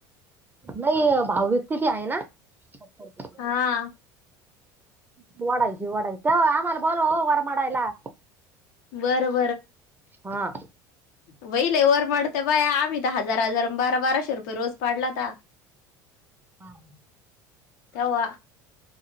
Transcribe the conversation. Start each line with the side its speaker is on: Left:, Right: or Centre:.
Right: नाही भाव व्यक्ती ती आहे ना. <inaudible>
Left: हां..
Right: शिवाडा आहे शिवाडा आहे, त्या आम्हाला बोलवा हो वारा मळायला.
Left: बरं
Right: हां.
Left: वहि लय वर मडते बाया आम्ही तर हजार-हजार बारा-बाराशे रुपये रोज पाडलाता.
Right: कांवं
Left: तेव्हा